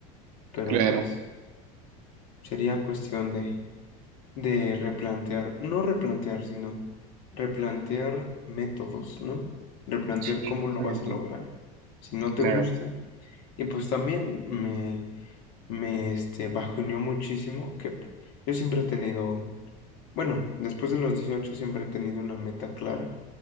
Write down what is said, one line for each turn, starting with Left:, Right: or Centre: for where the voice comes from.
Left: pero
Right: Claro,
Left: pues... Sería cuestión de, de replantear, no replantear, sino replantear métodos, ¿no? Replantear
Right: sí,
Left: cómo
Right: justamente,
Left: lo vas a lograr. Si no te
Right: claro.
Left: gusta. Y pues también me, me este, bajoneó muchísimo que yo siempre he tenido un, bueno, después de los 18 siempre he tenido una meta clara,